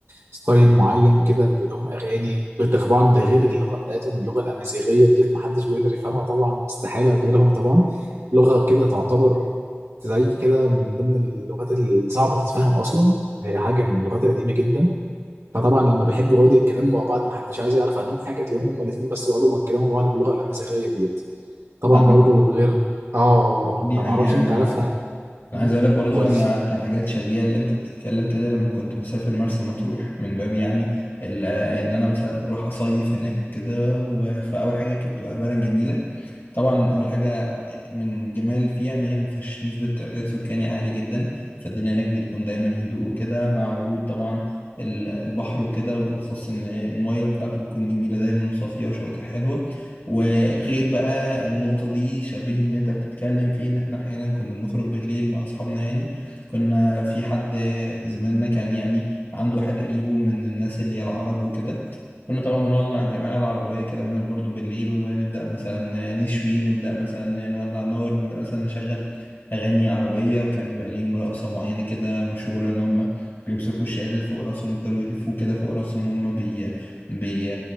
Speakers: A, on the right; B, on the left.
A: ستايل معين كده بيبقى لهم اغاني طبعا ده غير اللغه بتاعتهم اللغه الامازيغيه ديت محدش بيقدر يفهمها طبعا استحاله غيرهم طبعا لغه كده تعتبر زي كده من ضمن اللغات الصعبة تتفهم أصلا هي حاجة من اللغات القديمة جدا فطبعا لما بيحبوا يقعدوا يتكلموا مع بعض محدش عايز يعرف عنهم حاجة تلاقيهم هما الاتنين بس بيقعدوا يتكلموا مع بعض باللغة الأمازيغية ديت طبعا
B: آه،
A: برضو غير اه اه اه
B: دي
A: فمعرفش
B: حقيقة أنا
A: انت عرفت حاجة
B: انا
A: مم،
B: عايز اقول لك برضو
A: قولي
B: لما كان حاجات شبيهه اللي انت بتتكلم كده لما كنت بسافر مرسى مطروح من باب يعني ال- ان انا مثلا اروح اصيف هناك كده فاول حاجه كانت بتبقى بلد جميله طبعا اول حاجه من جمال فيها ان هي ما فيهاش نسبه تعداد سكاني عالي جدا فالدنيا هناك بتكون دايما هدوء وكده مع وجود طبعا ال- البحر وكده وبالاخص ان الميه بتاعته بتكون جميله دايما وصافيه وشواطئ حلوه وغير بقى النقطه دي شبيه اللي انت بتتكلم فيه ان احنا احيانا كنا بنخرج بالليل مع اصحابنا يعني كنا في حد زميلنا كان يعني عنده واحد قريبه من الناس اللي هي العرب وكده كنا طبعا بنقعد مع الجماعة العربوية كده بنعمل برضو بالليل ونبدأ مثلا نشوي نبدأ مثلا نولع نار نبدأ مثلا نشغل أغاني عربية وكان بيبقى ليهم رقصة معينة كده مشهورة إن هم بيمسكوا الشال اللي فوق راسهم يفضلوا يلفوه كده فوق راسهم هم بي... بي...